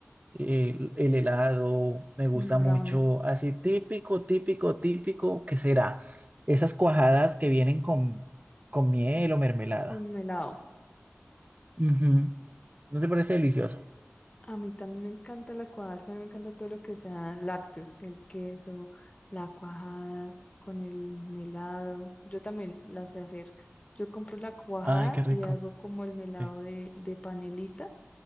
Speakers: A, on the right; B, on the left.
A: el, el helado, me gusta
B: mm, brownie
A: mucho. Así típico, típico, típico, ¿qué será? Esas cuajadas que vienen con, con miel
B: mm,
A: o mermelada.
B: con melado.
A: Ujú. ¿No te parece delicioso?
B: A mí también me encanta la cuajada, es que a mí me encanta todo lo que sea lácteos, el queso, la cuajada con el melado. Yo también la sé hacer. Yo compro la cuajada
A: Ay, qué rico.
B: y hago como el melado
A: Sí,
B: de, de panelita